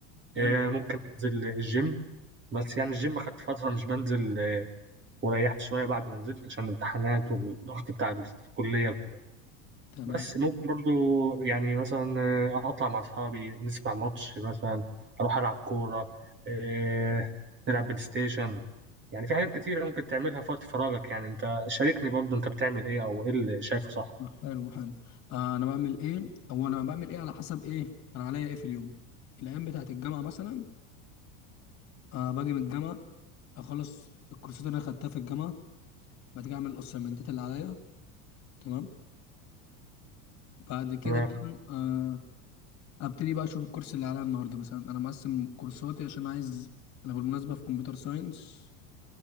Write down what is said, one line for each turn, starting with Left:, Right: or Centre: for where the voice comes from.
Left: حلو
Right: آه، ممكن انزل الجيم بس يعني الجيم اخدت فتره مش بنزل آه، وريحت شويه بعد ما نزلت عشان الامتحانات والضغط بتاع الكليه وكده
Left: تمام
Right: بس ممكن برضو يعني مثلا آه، اطلع مع اصحابي نسمع ماتش مثلا اروح العب كوره آه، نلعب بلاي ستيشن يعني في حاجات كتيره ممكن تعملها في وقت فراغك يعني انت شاركني برضو انت بتعمل ايه او ايه اللي شايفه صح
Left: حلو حلو آه انا بعمل ايه او انا بعمل ايه على حسب ايه انا عليا ايه في اليوم الايام بتاعت الجامعه مثلا آه باجي من الجامعه اخلص الكورسات اللي انا خدتها في الجامعه بعد كده اعمل الاسايمنتات اللي عليا تمام بعد كده
Right: تمام
Left: بقى آه ابتدي بقى اشوف الكورس اللي عليا النهارده مثلا انا مقسم كورساتي عشان عايز انا بالمناسبه في كمبيوتر ساينس